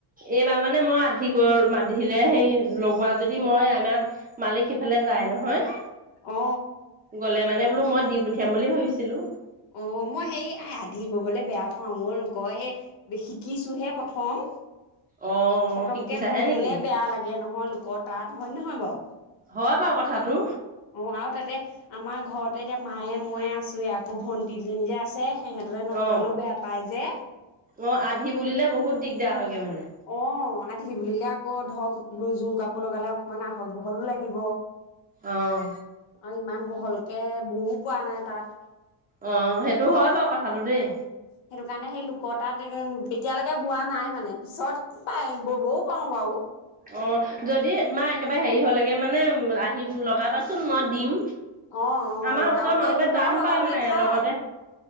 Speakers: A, on the right; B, on the left.
A: এইবাৰ মানে মই আধি কৰ মাধিলে সেই লগোৱা যদি মই আমাৰ মালিক সিফালে যায় নহয়।
B: অ।
A: গ'লে মানে বোলো মই দি পঠিয়াম বুলি ভাবিছিলো।
B: অ মই সেই আধি ববলৈ বেয়া পাও, মই লোকৰ এই শিকিছোহে প থম।
A: অ
B: পতককে
A: অ শিকিছাহে
B: ভুল
A: নেকি
B: হলে বেয়া লাগে নহয় লোকৰ তাত, হয়ে নহয় বাওঁ?
A: হয় বাওঁ কথাটো।
B: অ আৰু তাতে আমাৰ ঘৰতে এতিয়া মায়ে ময়ে আছোৱে আকৌ ভণ্টিজনী যে আছে। সিহঁতলে নলগালেও
A: অ
B: বেয়া পায় যে।
A: অ আধি বুলিলে বহুত দিগদাৰ হয়গে মানে।
B: অ আধি বুলিলে আকৌ ধৰক জোৰ কাপোৰ লগালে অকমান আহল বহলো লাগিব।
A: অহ।
B: আৰু ইমান বহলকে বৈও পোৱা নাই তাঁত।
A: অ সেইটো হয় বাৰু কথাটো দেই।
B: সেইটো কাৰণে সেই লোকৰ তাঁত এদিন, এতিয়ালৈকে বোৱা নাই মানে পিছত পাই ববও পাওঁ বাওঁ।
A: অ যদি তোমাৰ একেবাৰে হেৰি হ'লেগে মানে আহিম লগাবাচোন মই দিম।
B: অ অ
A: আমাৰ
B: লগাম
A: ওচৰৰ মানুহবোৰে
B: এই ঊলৰ
A: টান
B: লগাবলে
A: পায় মানে
B: ভাল
A: লগতে